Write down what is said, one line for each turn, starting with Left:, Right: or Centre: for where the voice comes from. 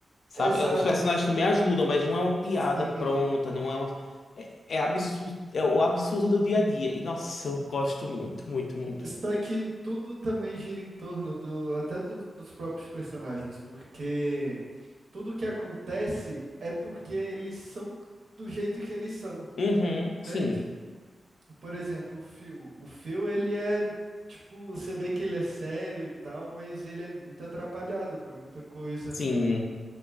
Left: Sabe?
Right: Exato,
Left: Os personagens
Right: e
Left: também ajudam, mas não é uma piada
Right: sim.
Left: pronta, não é uma... É, é absurdo, é o absurdo do dia a dia. E, nossa, eu gosto muito, muito, muito,
Right: Só
Left: muito.
Right: que tudo também gira em torno do, até dos dos próprios personagens, porque Tudo que acontece é porque eles são do jeito que eles são,
Left: Uhum,
Right: entende?
Left: sim,
Right: Por exemplo, o Phil. O Phil, ele é, tipo, você vê que ele é sério e tal, mas ele é muito atrapalhado pra muita coisa.
Left: sim.